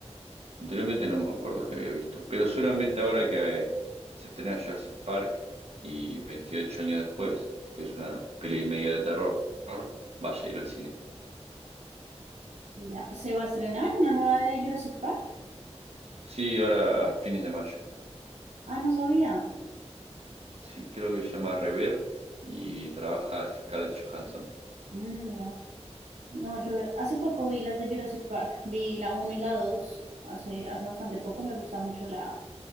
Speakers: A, on the right; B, on the right.
A: Anteriormente no me acuerdo que había visto, pero seguramente ahora que eh, se estrena Jurassic Park y 28 años después, que es una peli medio de terror, vaya a ir al cine.
B: Ya, ¿se va a estrenar una nueva de Jurassic Park?
A: Sí, ahora a fines de mayo.
B: Ah, no sabía.
A: Sí, creo que se llama Rever y trabaja Scarlett Johansson.
B: Mm, mira. No, yo hace poco vi las de Jurassic Park, vi la uno y la 2 hace, hace bastante poco, me gusta mucho la,